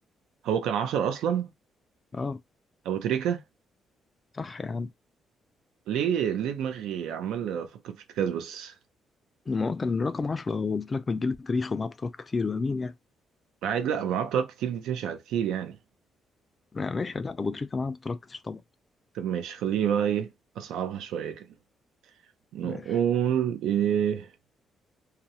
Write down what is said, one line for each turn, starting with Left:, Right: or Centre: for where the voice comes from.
Right: هو كان عشرة أصلا
Left: اه
Right: أبو تريكة
Left: صح يا عم
Right: ليه ليه دماغي عمال افكر في ارتكاز بس
Left: ما هو كان رقم 10 قلت لك من الجيل التاريخي ومعاه بطولات كتير وأمين يعني
Right: عادي لا معايا طرق كتير دي تشع كتير يعني
Left: ما- ماشي لا أبو تريكة معاه بطولات كتير طبعا
Right: طب ماشي خليني بقى ايه اصعبها شويه كده نقول
Left: ماشي
Right: ايه